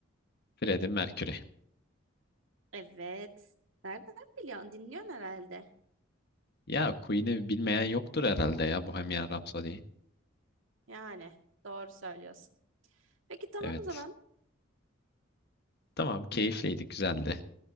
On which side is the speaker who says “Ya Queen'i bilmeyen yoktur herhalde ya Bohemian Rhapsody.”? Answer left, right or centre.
Left